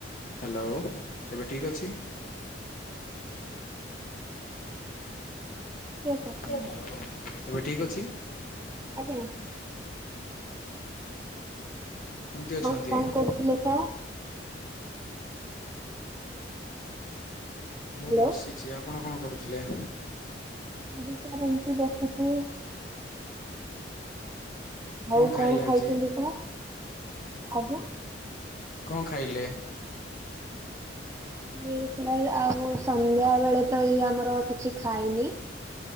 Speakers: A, on the left; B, on the right.
A: ହ୍ୟାଲୋ, ଏବେ ଠିକ୍ ଅଛି?
B: ଆଜ୍ଞା ସାର୍ କୁହନ୍ତୁ।
A: ହ୍ୟାଲୋ, ଏବେ ଠିକ୍ ଅଛି?
B: ଆଜ୍ଞା।
A: କେମିତି ଅଛନ୍ତି
B: ଆଉ କଣ କରହୁଥିଲେ ସାର୍?
A: ମୁଁ
B: ହ୍ୟାଲୋ
A: ବସିଛି, ଆପଣ କଣ କରୁଥିଲେ?
B: ମୁ ବି ସାର୍ ଏମିତି ବସିଚି। ଆଉ
A: ଖାଇଲେ
B: କଣ ଖାଇଛନ୍ତି
A: ଆଜି
B: ସାର୍, ଆଜ୍ଞା?
A: କଁ ଖାଇଲେ?
B: ଇ ସାର୍ ଆଉ ସନ୍ଧ୍ୟା ବେଳେ ତ ଏଇ ଆମର କିଛି ଖାଇନି।